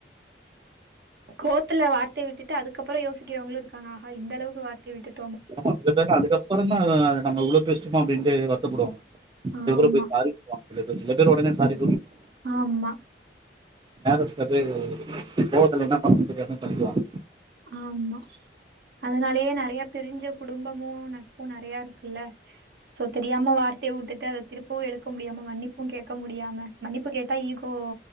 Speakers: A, on the right (about 65°); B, on the right (about 25°).
A: கோவத்துல வார்த்தய விட்டுட்டு அதுக்கப்றோ யோசிக்கிறவங்களு இருக்காங்க ஆஹா இந்த அளவுக்கு வார்த்தய விட்டுட்
B: ஆமா சிலபேர்லா அதுக்கப்பறோ தா ஆஹ் நம்ம இவ்ளோ பேசிட்டோமா அப்டின்ட்டு வருத் த்தப்படுவாங்க அதுக்கப்பறோ
A: ஆமா
B: போய் சாரி சொல்வாங்க <unintelligible> சில பேர் உடனே சாரி
A: ஆமா
B: பேலன்ஸ் சில பேர் கோவத்துல என்ன பண்றதுனு தெரியாம பண்ணிறுவாங்க
A: ஆமா அதனாலயே நெறயா பிரிஞ்ச குடும்பம் மோ நட்பு நெறயா இருக்குல்ல சோ தெரியாம வார்த்தய விட்டுட் அத திருப்பவு எடு க்க முடியாம மன்னிப்பும் கேட்க முடி டியாம மன்னிப்பு கேட்டா ஈகோ